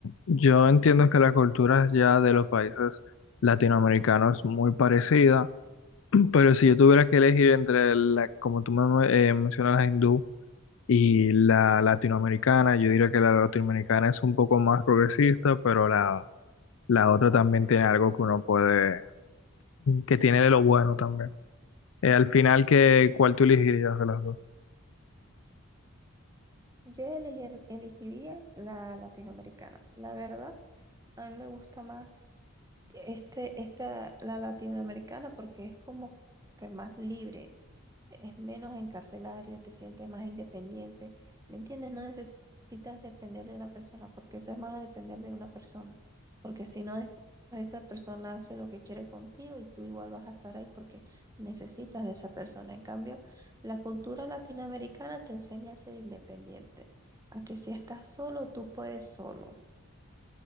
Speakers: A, on the left; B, on the right.
A: yo entiendo que la cultura ya de los países latinoamericanos es muy parecida Pero si yo tuviera que elegir entre la, como tú me, eh, mencionas, la hindú y la latinoamericana, yo diría que la latinoamericana es un poco más progresista, pero la, la otra también tiene algo que uno puede, que tiene de lo bueno también. Eh, al final, ¿qué, cuál tú elegirías de las dos?
B: Yo elegir- elegiría la latinoamericana, la verdad. A mí me gusta más este, esta, la latinoamericana porque es como que más libre, es menos encarcelario, te sientes más independiente. ¿Me entiendes? No necesitas depender de una persona porque eso es malo depender de una persona. Porque si no, después esa persona hace lo que quiere contigo y tú igual vas a estar ahí porque necesitas de esa persona. En cambio, la cultura latinoamericana te enseña a ser independiente, a que si estás solo, tú puedes solo.